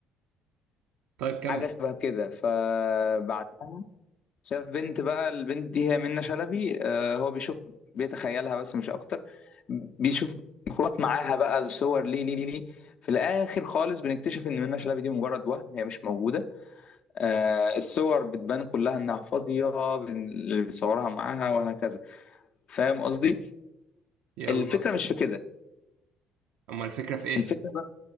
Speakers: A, on the right; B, on the left.
A: طيب كمل
B: حاجة شبه كده فبعدها شاف بنت بقى البنت دي هي منة شلبي آه هو بيشوف بيتخيلها بس مش اكتر بيشوف مخلوقات معاها بقى الصور ليه ليه ليه ليه. في الاخر خالص بنكتشف ان منة شلبي دي مجرد وهم هي مش موجودة آه، الصور بتبان كلها انها فاضيه بن- اللي بيصورها معاها وهكذا فاهم قصدي
A: يلا
B: الفكره مش في كده
A: اما الفكرة في ايه
B: الفكره بقى